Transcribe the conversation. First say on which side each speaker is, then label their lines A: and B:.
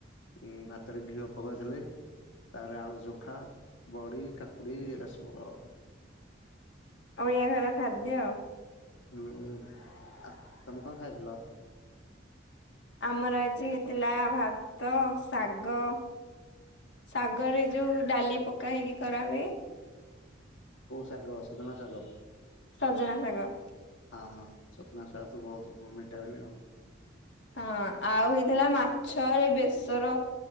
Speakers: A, on the left (about 85°); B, on the left (about 65°).
A: ଉଁ ଭାତରେ ଘିଅ ପକେଇଥିଲି। ତାପରେ ଆଳୁ ଚୋଖା ବଡି କାକୁଡି ଏରା ସବୁ ଆଉ
B: ଓଡ଼ିଆ ଘରର ଖାଦ୍ୟ।
A: ଉଁ ଉଁ ଆ ତମେ କଣଖାଇଥିଲ
B: ଆମର ଆଜି ହେଇଥିଲା ଭାତ ଶାଗ ଶାଗରେ ଯୋଉ ଡାଲି ପକା ହେଇକି କରାହୁଏ।
A: କେଉ ଶାଗ ସୁଜନା ଶାଗ
B: ସଜନା ଶାଗ।
A: ଆ ହାଁ ସଜନା ଶାଗ ତ ବହୁତୁ ଭିଟାମିନି।
B: ହଁ ଆଉ ହେଇଥିଲା ମାଛରେ ବେସର